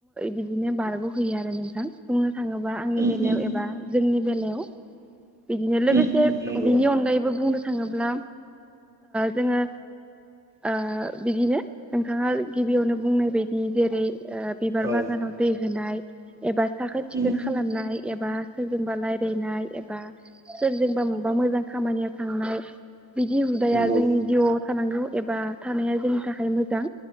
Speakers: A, in the centre; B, on the right (about 20°).
A: बिदिनो बारग'हैयो आरो नोंथां थाङोबा आंनि
B: उम
A: बेलायाव
B: उम
A: एबा जोंनि बेलायाव बिदिनो लोगोसे
B: उम उम नंगौ
A: बिनि अनगायैबो बुंनो थाङोब्ला जोङो ओ बिदिनो नोंथाङा गिबियावनो बुंनाय बायदि जेरै बिबार
B: औ
A: बागानाव दै होनाय एबा साखोन सिखोन
B: उम
A: खालामनाय एबा जोंबा रायज्लायनाय एबा सोरजोंबा मबा मोजां खामानियाव थांनाय बिदि हुदाया
B: नंगौ
A: जोंनि जिउआव थानांगौ एबा थानाया जोंनि थाखाय मोजां